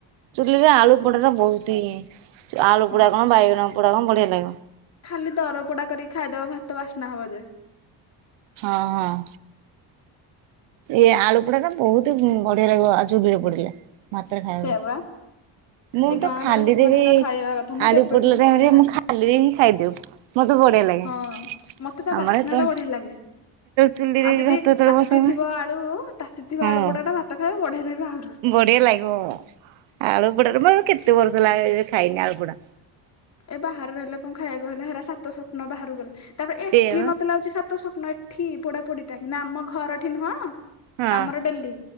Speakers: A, on the right (about 90°); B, on the left (about 40°).
A: ଚୁଲି ରେ ଆଳୁ ପୋଡା ଟା ବହୁତ ହି ଆଳୁ
B: ହଁ
A: ପୋଡା କଣ ବାଇଗଣ ପୋଡା କଣ ବଢିଆ ଲାଗିବ।
B: ଖାଲି ଦର ପୋଡା କରି ଖାଇଦେବ ଭାତ ବାସ୍ନା ହବ ଯେ।
A: ହଁ ହଁ। ଏଇ ଆଳୁ ପଡା ନା ବହୁତ ବଢିଆ ଲାଗିବ ଆଉ ଚୁଲିରେ ପଡିଲେ ଭାତରେ ଖାଇବାକୁ।
B: ସେଇଆ ପରା
A: ମୁଁ
B: ଏ ଗାଁ
A: ତ ଖାଲି
B: ରହୁଛ
A: ରେ
B: ମାନେ
A: ବି,
B: ହେରା ଖାଇବା କଥା ମୁଁ
A: ଆଳୁ
B: କେବେଠୁ
A: ପୋଡ଼ିଲେ
B: ବି
A: ଟାଇମ୍
B: ଖାଇନି
A: ରେ ମୁଁ
B: ଆଉ।
A: ଖାଲିରେ ହିଁ ଖାଇଦିଏ। ସେଇଠୁ ବଢିଆ ଲାଗେ
B: ହଁ ମତେ ତା
A: ଆମର
B: ବାସ୍ନା
A: ତ
B: ଟା ବଢିଆ ଲାଗେ
A: ଚୁଲିରେ
B: ଆଉ ଯଦି
A: ଭାତ ଯେତେବେଳେ
B: ତାତି
A: ବସା ହୁଏ
B: ଥିବ ଆଳୁ ତାତି ଥିବା
A: ହଁ।
B: ଆଳୁ ପୋଡ଼ାଟା ଭାତ ଖାଇବ ବଢିଆ ଲାଗିବ ଆହୁରି।
A: ବଢିଆ ଲାଗିବ ଆଳୁ ପୋଡାରେ ମୁଁ ଆଉ କେତେ ବର୍ଷ ହେଲା ଖାଇନି ଆଳୁ ପୋଡା।
B: ଏ ବାହା ରହିଲେ କଣ ଖାଇବାକୁ ଗଲେ ହେରା ସାତ ସପ୍ନ ବାହାରାରୁ ଗଲା ତାପରେ ଏଠି
A: ସେଇଆ ବା
B: ମତେ ଲାଗୁଚି ସା ତ ସପ୍ନ ଏଠି ପୋଡା ପୋଡିଟା କି ନା ଆମ ଘର ଏଠି ନୁହଁ
A: ହଁ
B: ଆମର ଡେଲି